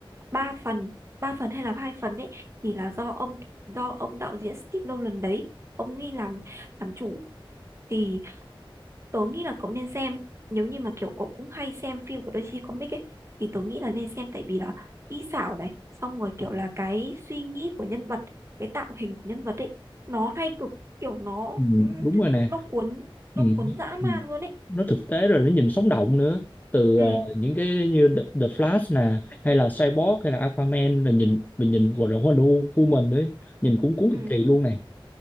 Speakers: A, on the right; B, on the left.
A: ba phần ba phần hay là hai phần đấy thì là do ông do ông đạo diễn Steve Nolan đấy ông ấy làm làm chủ thì tớ nghĩ là cậu nên xem nếu như mà kiểu cậu cũng hay xem phim của DC Comics ấy thì tớ nghĩ là nên xem tại vì là kỹ xảo này xong rồi kiểu là cái suy nghĩ của nhân vật cái tạo hình của nhân vật ấy nó hay cực kiểu nó
B: ừ, đúng rồi nè
A: nó cuốn
B: ừ.
A: nó cuốn dã man
B: ừ.
A: luôn ấy
B: nó thực tế rồi nó nhìn sống động nữa từ
A: ừ
B: ờ, những cái như The, The Flash nè hay là Cyborg hay là Aquaman là nhìn mình nhìn gọi là Wonder Woman nữa nhìn cũng cuốn
A: ừ
B: cực kỳ luôn nè